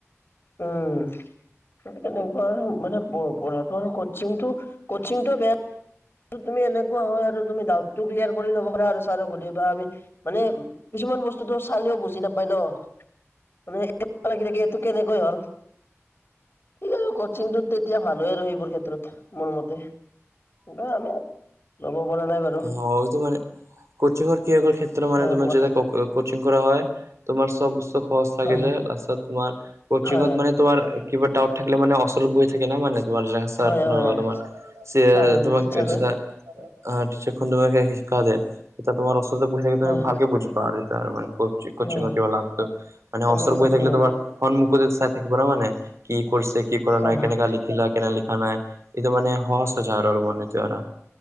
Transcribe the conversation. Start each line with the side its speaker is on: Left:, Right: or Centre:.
Left: উম। সেই তেনেকুৱা আৰু মানে পঢ়াটো কচিংটো কচিংটো বেয়া তুমি এনেকুৱা হয় আৰু তুমি ডাউটটো ক্লিয়াৰ কৰি ল'ব পাৰা আৰু ছাৰ সুধি আমি মানে কিছুমান বস্তুটো চালেও বুজি নাপায় ন। মানে লাগি থাক এইটোক কেনেকৈ হ'ল? কি আ কচিং টোত তেতিয়া ভালে আৰু সেইবোৰ ক্ষেত্ৰত মোৰ মতে বা আমি ল'ব পৰা নাই বাৰু।
Right: অ', এটো মানে কচিংৰ কি ক্ষেত্ৰ মানে
Left: হয়
Right: তমাৰ
Left: কোৱা
Right: যেয়া কচিং কৰা হয় তোমাৰ চব বস্ত সহজ লাগে
Left: হয়
Right: যায় তাৰ তোমাৰ কচিংত
Left: হয় হয়
Right: মানে তোমাৰ কিবা ডাউট থাকিলে মানে অচৰত বহি থাকে মানে। তোমাৰ
Left: হয় হয় হয় ছাৰ টিচাৰজন
Right: <unintelligible> টচাৰখন তুমাকে শিক্ষা দে এতিয়া তোমাৰ অসৰতে বুহি থাকেলে তুমি
Left: হয়
Right: ভালে বুজি পা এতি মানে
Left: হয়
Right: কিবা লাভটো মে অস্তৰত
Left: এনেকৈ
Right: বহি থাকিলে
Left: সেনেকৈ
Right: তোমাৰ হন মুখতে চাই থাকিবা মানে কি কৰিছে কি কৰা
Left: হয়
Right: নাই
Left: হয়
Right: কেনেকা লি খিলা কেনে লিখা নাই এইটো মানে সহজ হৈ যায় আৰু অলপ মানটো আৰ